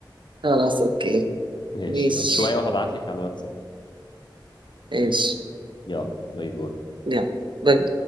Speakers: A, on the right; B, on the left.
A: خلاص اوكي
B: ماشي
A: ماشي
B: يلا شوية وهبعتلك على الواتساب
A: ماشي
B: يلا باي باي
A: يلا باي